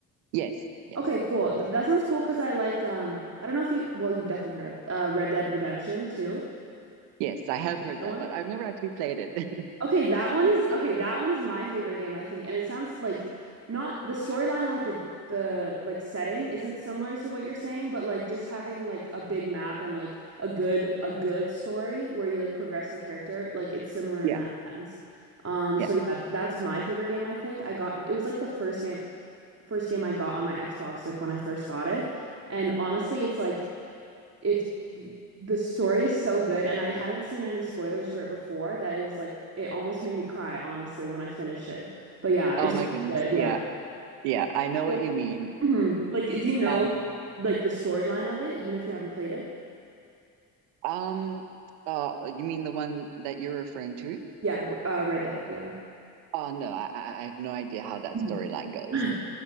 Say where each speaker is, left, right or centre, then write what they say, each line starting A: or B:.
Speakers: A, on the right; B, on the right.
A: Yes, yes,
B: Okay, cool. Th- that sounds cool because I like um I don't know if you well you've definitely heard of it. Uh Red Dead Redemption too.
A: yes. I have heard
B: That
A: that,
B: one?
A: but I've never actually played it. <laughs>
B: Okay, that one is okay, that one is my favorite game, I think. And it sounds like not the storyline and like the the like setting isn't similar to what you're saying, but like just having like a big map and like a good a good story where you like progress the character, like it's similar in
A: Yeah,
B: that sense. Um so
A: yeah.
B: yeah, that's my favorite game, I think. I got it was like the first game first game I got on my Xbox, like when I first got it. And honestly, it's like it's the story is so good, and I hadn't seen any spoilers for it before that it was like it almost made me cry, honestly, when I finished it. But yeah, it's
A: Oh my
B: really
A: goodness.
B: good.
A: Yeah,
B: Yeah.
A: yeah. I know
B: Well,
A: what you mean.
B: mhm. Like, do you know
A: Um,
B: like the storyline of it, even if you haven't played it?
A: um, uh, you mean the one that you're referring to?
B: Yeah, uh, Red Dead. Yeah.
A: Oh no, I I I have no idea how that
B: Mhm.
A: storyline goes.
B: <laughs>